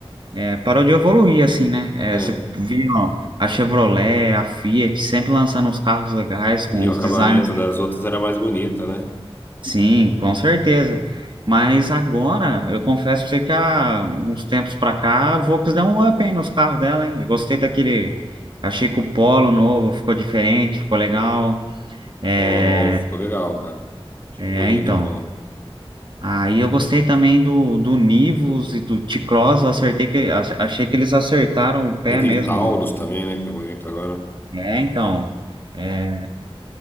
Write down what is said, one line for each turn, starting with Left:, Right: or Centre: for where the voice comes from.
Right: é, parou de evoluir, assim, né? É,
Left: É.
Right: você viu ó, a Chevrolet, a Fiat sempre lançando os carros legais com
Left: E o
Right: os
Left: acabamento
Right: designs
Left: das outras era mais bonita, né?
Right: Sim, com certeza. Mas agora, eu confesso pra você que há uns tempos pra cá, a Volks deu um up, hein, nos carros dela, hein? Eu gostei daquele. Achei que o Polo novo ficou diferente, ficou legal. É,
Left: Polo novo, ficou legal, cara.
Right: é,
Left: É bonito
Right: então.
Left: o polo.
Right: Aí eu gostei também do, do Nivus e do T-Cross. Eu acertei que, ach- achei que eles acertaram o pé
Left: Tem aquele
Right: mesmo,
Left: Taurus
Right: não?
Left: também, né? Que é bonito agora.
Right: É, então. É,